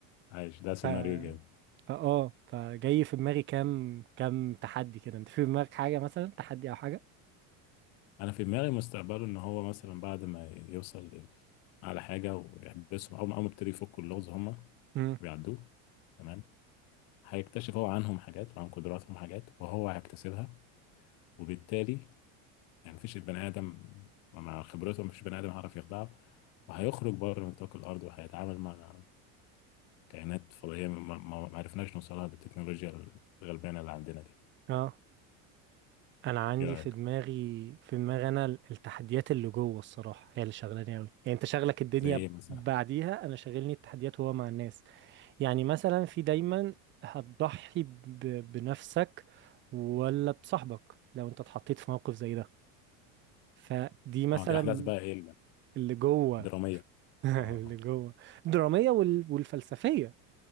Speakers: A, on the left; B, on the right.
A: عايش ده سيناريو
B: تجارب
A: جامد
B: فاه فجاي في دماغي كام كام تحدي كده انت في دماغك حاجة مثلا تحدي او حاجة
A: انا في دماغي مستقبله ان هو مثلا بعد ما يوصل لل- على حاجه ويحبسهم او أول ما يبتدي يفكوا اللغز هما
B: امم
A: ويعدوه تمام هيكتشف هو عنهم حاجات وعن قدراتهم حاجات وهو هيكتسبها وبالتالي يعني مفيش البني ادم مع خبرته مفيش بني ادم هيعرف يخدعه وهيخرج بره نطاق الارض وهيتعامل مع كائنات فضائيه ما ما- ما عرفناش نوصلها بالتكنولوجيا الغلبانه اللي عندنا دي
B: اه انا عندي
A: ايه رايك
B: في دماغي في دماغي انا ال- التحديات اللي جوه الصراحة هي اللي شغلاني قوي يعني انت شغلك الدنيا
A: زي ايه مثلا
B: بعديها انا شاغلني التحديات وهو مع الناس يعني مثلا في دايما هتضحي ب- بنفسك ولا بصاحبك لو انت اتحطيت في موقف زي ده فدي مثلا
A: اه دي احداث بقى ايه
B: اللي جوه
A: الدراميه
B: <laughs>
A: اه
B: اللي جوه الدرامية وال- والفلسفية